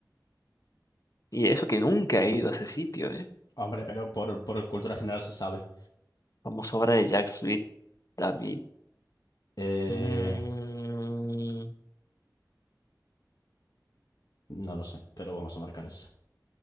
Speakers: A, on the left; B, on the left.
A: Y eso que nunca he ido a ese sitio, ¿eh?
B: Hombre, pero por, por cultura general se sabe.
A: Famosa obra de Jacques Sweet David.
B: Eh,
A: Mm,
B: no lo sé, pero vamos a marcar esa.